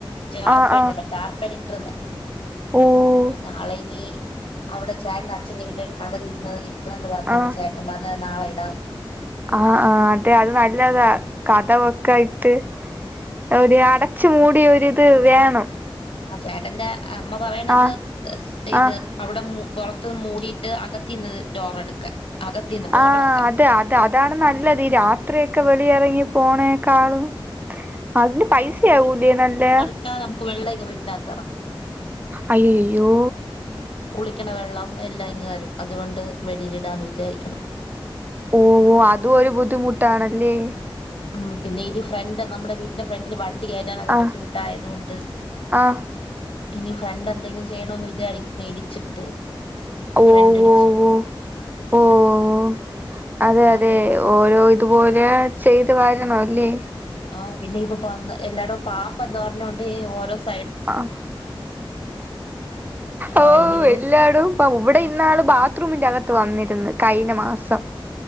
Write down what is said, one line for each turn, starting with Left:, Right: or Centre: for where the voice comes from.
Left: ജാർപ്പ
Right: ആഹ്
Left: ഉണ്ടല്ലോ ടാർപ്പൻ ഇട്ടിർന്നെ
Right: ഓഹ്
Left: അപ്പൊ നാളെ ഇനി അവിടെ ചേട്ടന്റെ അച്ഛന്റെ വീട്ടി കഥക് ഇരുന്ന ഇരിക്കണം എന്ന് പറഞ്ഞപ്പ
Right: ആഹ്
Left: ചേട്ട ൻ പറഞ്ഞത് നാളെ ഇടാന്ന്
Right: ആഹ് ആഹ് അതെ അത് നല്ലതാ കഥകൊക്കെയായിട്ട് ഒരു അടച് മൂടിയ ഒരിത് വേണം
Left: ആഹ് ചേട്ടന്റെ അമ്മ പറയണത്
Right: ആഹ്
Left: ഇത്
Right: ആഹ്
Left: അവിടെ മൂ പുറത്ത് മൂടിയിട്ട് അകത്തീന്ന് ഡോർ എടുക്കാൻ അകത്തിന്ന് ഡോർ
Right: ആഹ്
Left: എടുക്കാൻ
Right: അതെ അത് അതാണ് നല്ലത് ഈ രാത്രിയൊക്കെ വെളി ഇറങ്ങി പോണേക്കാളും അതിന് പൈസയാവൂലെ നല്ലെ
Left: റ്റാ നമുക്ക് വെള്ളമിങ് വീട്ടിനകത്തിറങ്ങും
Right: അയ്യയയ്യോ
Left: കുളിക്കണ വെള്ളം എല്ലാം ഇങ്ങ് വരും അതുകൊണ്ട് വെളിയിൽ ഇടാന്ന് വിചാരികേണ്
Right: ഓ അതും ഒരു ബുദ്ധിമുട്ടാണല്ലേ
Left: ഉം പിന്നെ ഇതി ഫ്രണ്ട് നമ്മുടെ വീട്ടിന്റെ ഫ്രണ്ടില് വണ്ടി വണ്ടി കയറ്റാനൊക്കെ
Right: ആഹ്
Left: ബുദ്ധിമുട്ടായതു കൊണ്ട്
Right: ആഹ്
Left: ഇനി ഫ്രണ്ട് എന്തെങ്കിലും ചെയ്യണോന്ന് വിചാരിക്കുന്നു ഇടിച്ചിട്ട്
Right: ഓവോവോ
Left: ഫ്രണ്ട് ഇടിച്ച്
Right: ഓ ഓ അതെ അതെ
Left: അങ്ങനെ
Right: ഓരോ ഇതുപോലെ ചെയ്ത് വാരണം അല്ലേ
Left: ആഹ് പിന്നെ ഇപ്പൊ പന്ന് എല്ലാടും പാമ്പ് എന്താ പറഞ്ഞോണ്ട് ഓരോസ്
Right: ആഹ് ഓ
Left: ആ ഇനി ഒരു
Right: എല്ലാടും പ്പം ഇവിടെ ഇന്നാള് ബാത്റൂമിന്റെകത്ത് വന്നിരുന്ന് കഴിഞ്ഞ മാസം